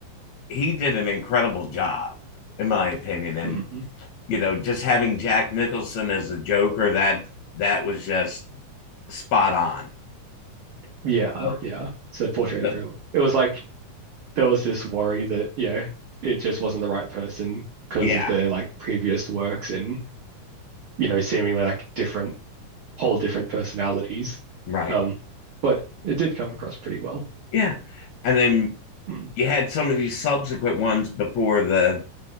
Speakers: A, on the left; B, on the right.
A: he did an incredible job, in my opinion. And
B: Mm, mm.
A: you know, just having Jack Nicholson as a Joker that that was just spot on.
B: Yeah.
A: So,
B: Yeah. So Portrait
A: but
B: of a It was like there was this worry that, you know, it just wasn't the right person because
A: yeah,
B: of their like previous works and, you know, seemingly like different, whole different personalities.
A: right,
B: Um, but it did come across pretty well.
A: yeah. And then
B: Mm.
A: you had some of these subsequent ones before the